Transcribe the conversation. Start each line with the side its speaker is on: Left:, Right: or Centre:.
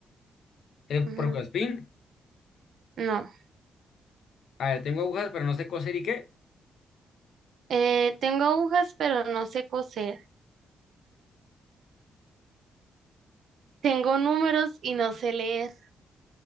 Left: El
Right: Ujú,
Left: Procospin.
Right: No.
Left: A ver, tengo agujas, pero no sé coser. ¿Y qué?
Right: Eh, tengo agujas, pero no sé coser. Tengo números y no sé leer.